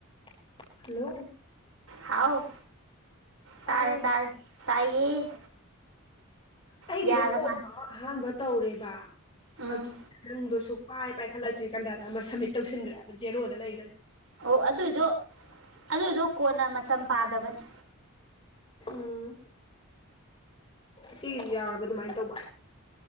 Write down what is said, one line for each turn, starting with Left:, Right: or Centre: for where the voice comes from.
Left: <unintelligible> Hello
Right: ꯍꯥꯎ
Left: ꯌꯥꯥꯕ꯭ꯔꯣ
Right: ꯇꯥꯔꯦ ꯇꯥꯔꯦ ꯇꯥꯏꯌꯦ
Left: ꯑꯩꯒꯤꯗꯣ
Right: ꯌꯥꯔ
Left: ꯀꯣꯝꯕ
Right: ꯃꯥꯜꯂꯦ
Left: ꯑꯃ ꯑꯍꯥꯟꯕ ꯇꯧꯦꯔꯤꯕ
Right: ꯎꯝ
Left: ꯑꯗꯨ ꯅꯪꯗꯣꯁꯨ ꯄꯥꯏ ꯄꯥꯏꯈꯠꯂꯛꯇ꯭ꯔꯤ ꯀꯟꯗ ꯑꯃ ꯁꯕꯃꯤꯠ ꯇꯧꯁꯤꯟꯈ꯭ꯔꯦꯕ ꯖꯦꯔꯣꯗ ꯂꯩꯈ꯭ꯔꯦ
Right: ꯑꯣ ꯑꯗꯨꯏꯗꯣ ꯑꯗꯨꯏꯗꯣ ꯀꯣꯟꯅ ꯃꯇꯝ ꯄꯥꯗꯕꯅꯤ
Left: ꯎꯝ ꯁꯤꯁꯨ ꯌꯥꯎꯔꯕ ꯑꯗꯨꯃꯥꯏꯅ ꯇꯧꯕ